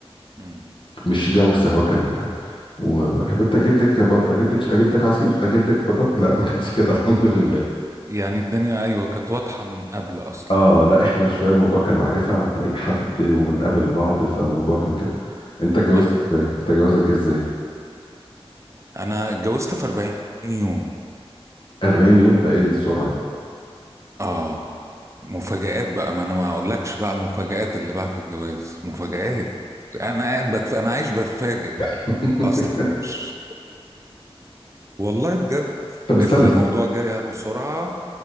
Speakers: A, on the right; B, on the left.
A: امم
B: مش جو السهوكة ال- وحبيبتي اجيب لك بط... اجيب لك اجيب لك عصير اجيب لك بطاط لا ما كانش كده <laughs> الحمد لله
A: يعني الدنيا ايوه كانت واضحة من قبل اصلا
B: اه لا احنا شوية الموضوع كان معرفة عن طريق حد وبنقابل بعض فالموضوع كان كده انت اتجوزت
A: ايوه
B: ازاي انت جوازك جه ازاي
A: انا اتجوزت في 40 يوم
B: 40 يوم ده ايه السرعة دي
A: اه مفاجآت بقى ما انا ما اقولكش بقى على المفاجآت اللي بعد الجواز مفاجآت انا قاعد بتف... انا عايش بتفاجئ
B: <laughs>
A: اصلا مش والله بجد
B: طب استنى
A: الموضوع
B: استنى
A: جري بسرعة